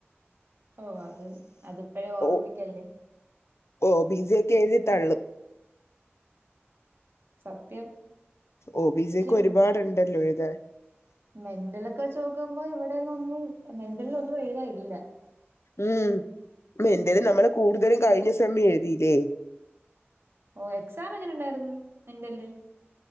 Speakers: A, on the right; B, on the left.
A: ഓ അത് അതിപ്പഴെ ഓർമ്മിപ്പിക്കല്ലേ
B: ഓ ഓ ബി സി ഒക്കെ എഴുതി തള്ളും
A: സത്യം
B: ഓ ബി സി
A: പക്ഷെ
B: ഒക്കെ ഒരുപാടുണ്ടല്ലോ എഴുതാൻ
A: മെന്റലെക്കെ വെചോക്കുമ്പോ ഇവിടെ ഒന്നെ ഒന്നും മെന്റൽ ഒന്നും എഴുതാ ഇല്ല
B: ഉം എന്റേത് നമ്മള് കൂടുതലും കഴിഞ്ഞ സമയം എഴുതിയില്ലേ
A: ഓ എക്സാം എങ്ങനെ ഇണ്ടായിരുന്ന് മെന്റൽല്